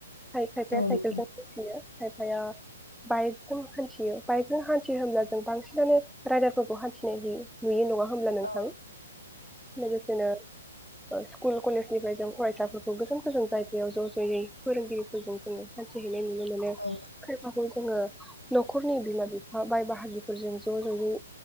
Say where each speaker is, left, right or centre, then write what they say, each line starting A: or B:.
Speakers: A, in the centre; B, on the left (about 85°).
A: खायफ-खायफाया
B: औ
A: साइकेलजों
B: नंगौ
A: हान्थियो खायफाया बाइकजों हान्थियो। बाइकजों हान्थि होनब्ला जों बांसिनानो रायदारफोर खौ हान्थिनाय नुयो नुयो नङा। होमब्ला नोंथां
B: औ
A: लोगोसेनो ओह स्कुल कलेजनिफ्राय जों फरायसाफोरखौ गोजान गोजान जायगायाव ज जयै फोरोंगिरिफोरखौ जोङो हान्थि हैनाय नुनो मोनो
B: औ
A: खायफाखौ जों जोङो नख'रनि बिमा बिफा बाय बाहागिफोरजों ज जयै